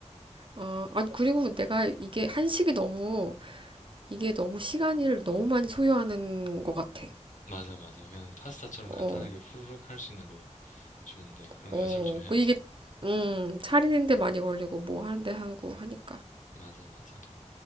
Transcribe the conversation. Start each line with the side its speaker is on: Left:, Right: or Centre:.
Right: 어, 아니, 그리고 내가 이게 한식이 너무, 이게 너무 시간을 너무 많이 소요하는 것 같아.
Left: 맞아, 맞아. 그냥 파스타처럼
Right: 어,
Left: 간단하게 후루룩 할 수 있는 거 좋은데, 그런
Right: 어,
Left: 거 연습을 좀 해야지.
Right: 그 이게, 음, 차리는데 많이 걸리고 뭐 하는데 하고 하니까.
Left: 맞아, 맞아.